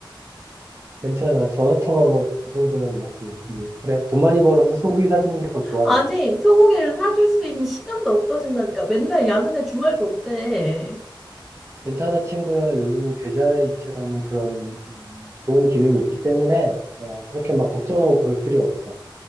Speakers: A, on the right; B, in the centre.
A: 괜찮아. 전화 통화 뭐, 그 정도야 뭐, 그냥. 음, 그래. 돈 많이 벌어서 속이 사주는 게 더 좋아,
B: 아니,
A: 난.
B: 소고기를 사줄 수 있는 시간도 없어진다니까. 맨날 야근에 주말도 없대.
A: 괜찮아, 친구야. 요즘은 계좌이체라는 그런 음, 좋은 기능이 있기 때문에, 어, 그렇게 막 걱정하고 그럴 필요 없어.